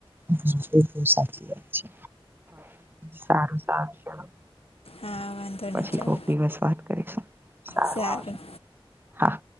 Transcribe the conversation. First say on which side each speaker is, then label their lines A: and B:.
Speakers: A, on the right; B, on the left.
A: હ એ બ સાચી વાત છે સારું સારું
B: હા વાંધો નહી
A: પછી
B: ચાલ
A: કોક દિવસ વાત કરીશું.
B: સારું
A: આવજો હા.